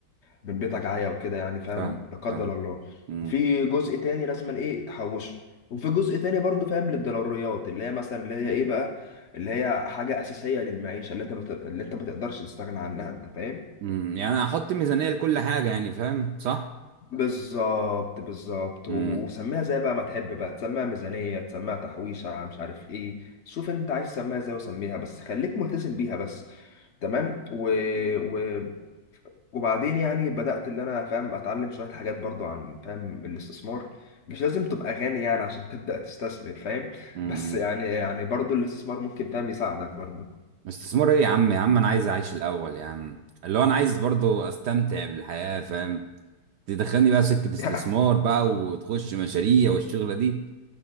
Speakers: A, on the left; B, on the right.
A: من بيتك عيا وكده يعني فاهم
B: فاهم
A: لا قدر
B: فاهم
A: الله
B: امم
A: في جزء تاني لازم ايه تحوشه وفي جزء تاني برضه فاهم للضروريات اللي هي مثلا اللي هي ايه بقى اللي هي حاجة أساسية للمعيشة اللي انت بت... اللي انت ما تقدرش تستغنى عنها انت فاهم
B: امم يعني هحط ميزانية لكل حاجة يعني فاهم صح
A: بالظبط بالظبط
B: امم
A: و- وسميها زي بقى ما تحب بقى تسميها ميزانية تسميها تحويشة مش عارف ايه شوف انت عايز تسميها ازاي وسميها بس خليك ملتزم بيها بس تمام و... و... وبعدين يعني بدأت اللي انا فاهم اتعلم شوية حاجات برضو عن فاهم الاستثمار مش لازم تبقى غني يعني عشان تبدأ تستثمر فاهم
B: امم
A: بس يعني يعني برضو الاستثمار ممكن فاهم يساعدك برضو
B: استثمار ايه يا عم يا عم انا عايز اعيش الاول يا عم اللي هو انا عايز برضو استمتع بالحياة فاهم تدخلني بقى سكة استثمار
A: <laughs>
B: بقى وتخش مشاريع والشغلة دي